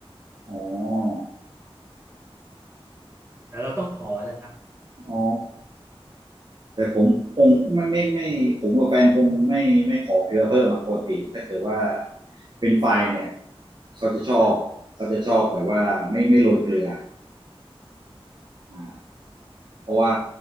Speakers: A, on the right; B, on the right.
A: อ๋อ
B: แต่เราต้องขอนะครับ
A: อ๋อแต่ผมคงไม่ไม่ไม่ผมกับแฟนคงไม่ไม่ขอเกลือเพิ่มอ่ะปกติถ้าเกิดว่าเป็นไฟล์เนี่ยเขาจะชอบเขาจะชอบแบบว่าไม่ไม่โรยเกลือ
B: ครับ
A: อ่าเพราะว่า